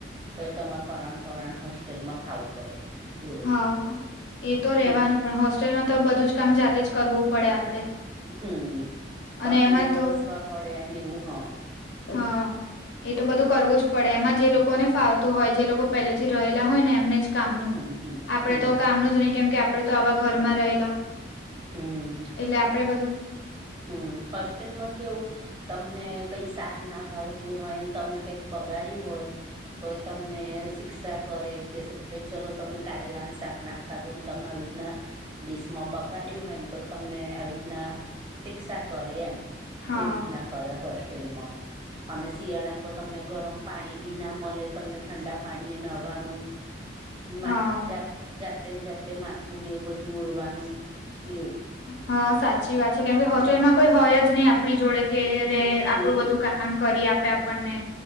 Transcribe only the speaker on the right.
તો એ તમારે પરરાણ પરરાણ હોસ્ટેલમાં ખાવું પડે. એવું
છે
હમ
હમ તપેલાઈ
ઘસવા પડે અને એવું હા
હમ હમ.
હમ
હમ
હમ હોસ્ટેલમાં કેવું તમને કઈ શાક ના ભાવતું હોય તમે કઈક બગાડ્યું હોય તો એ તમને શિક્ષા કરે કે ભાઈ ચલો તમે કારેલા શાક ના ખાધું ને તમે ના ડિશમાં બગ ગાડ્યું હોય ને તો તમને આવી રીતના શિક્ષા કરે એમ
એવી રીતના કરે હોસ્ટેલમાં. અને શિયાળામાં તો તમને ગરમ પાણી બી ના મળે તમને ઠંડા પાણી એ નહવાનું માથે
જાતે ને જાતે માથું ને એવું બધું ઉરવાનું એવું.
હમ